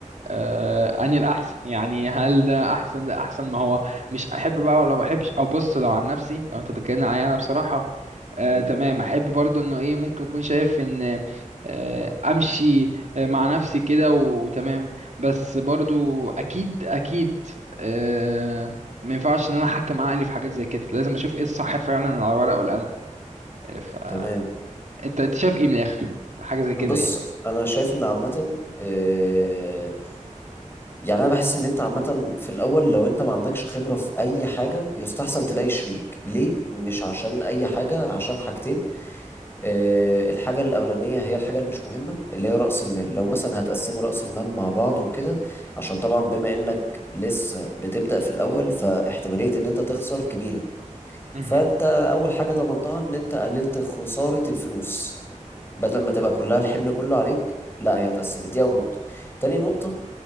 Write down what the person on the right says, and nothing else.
آه، اني الاحسن يعني هل ده احسن ده احسن ما هو مش احب بقى ولا ما احبش او بص لو عن نفسي لو انت بتكلمني عليا انا بصراحه آه
تمام احب برضو انه ايه ممكن اكون شايف ان آه امشي آه مع نفسي كده وتمام بس برضو اكيد اكيد آه ما ينفعش ان انا احكم عقلي في حاجات زي كده لازم اشوف ايه الصح فعلا على الورق والقلم آه، فانت
انت شايف ايه من الاخر حاجه زي كده
يعني
مهم.